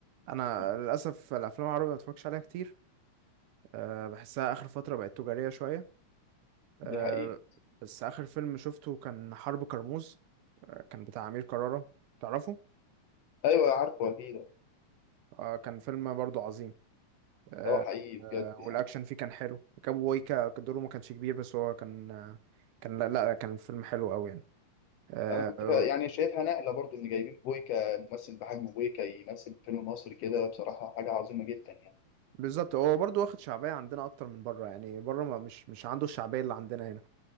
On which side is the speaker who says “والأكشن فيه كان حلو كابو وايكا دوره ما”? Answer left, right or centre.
Right